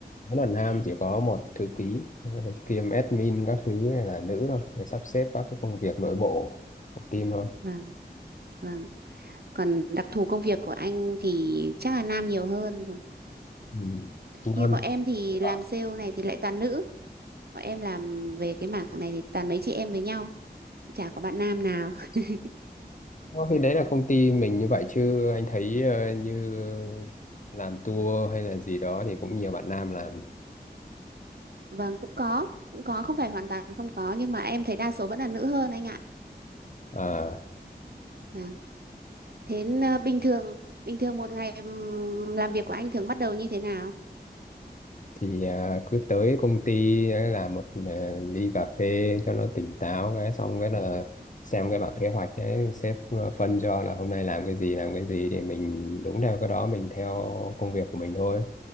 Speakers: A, on the left; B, on the right.
A: Nó là nam chỉ có một thư ký ờ, kiêm admin các thứ này là nữ thôi để sắp xếp các cái công việc nội bộ của team thôi
B: vâng vâng còn đặc thù công việc của anh thì chắc là nam nhiều hơn
A: ừ. nam
B: Như bọn em thì
A: ở
B: làm sale này thì lại toàn nữ. Bọn em làm về cái mảng này thì toàn mấy chị em với nhau, chả có bạn nam nào. <laughs>
A: Ờ, Thì đấy là công ty mình như vậy chứ anh thấy ờ, như làm tour hay là gì đó thì cũng nhiều bạn nam làm
B: Vâng, cũng có, cũng có, không phải hoàn toàn không có nhưng mà em thấy đa số vẫn là nữ hơn anh ạ.
A: à,
B: Vâng. Thế ờ, bình thường, bình thường một ngày ừm, làm việc của anh thường bắt đầu như thế nào?
A: thì à, cứ tới công ty ấy là một à, ly cà phê cho nó tỉnh táo cái xong cái là xem cái bảng kế hoạch đấy sếp à, phân cho là hôm nay làm cái gì làm cái gì thì mình đúng theo cái đó mình theo công việc của mình thôi